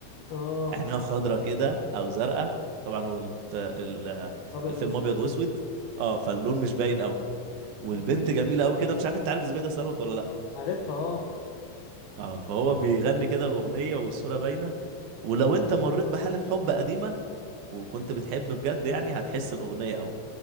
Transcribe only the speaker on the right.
عينها خضرة كده او زرقاء طبعا هو الت- ال-
الفيلم
ابيض واسود
اه فاللون مش باين قوي والبنت
جميلة قوي كده مش عارف انت عارف زبيدة ثروت ولا لا
اه فهو بيغني كده الأغنية والصورة باينة ولو انت مريت بحالة حب قديمة وكنت بتحب بجد يعني هتحس الأغنية قوي